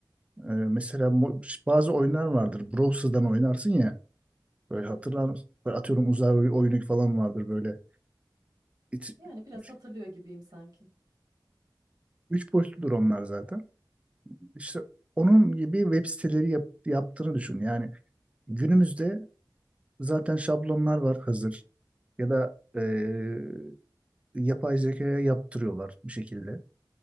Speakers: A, on the right; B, on the right.
A: Ee, mesela mo- bazı oyunlar vardır. Browser'dan oynarsın ya. Böyle
B: Evet.
A: hatırlar mısın? Böyle atıyorum uzay oy- oyunu falan vardır böyle. İç-
B: Yani biraz
A: üç,
B: hatırlıyor gibiyim sanki.
A: üç boyutludur onlar zaten. İşte onun gibi web siteleri yap- yaptığını düşün. Yani günümüzde zaten şablonlar var hazır. Ya da eee, yapay zekaya yaptırıyorlar bir şekilde.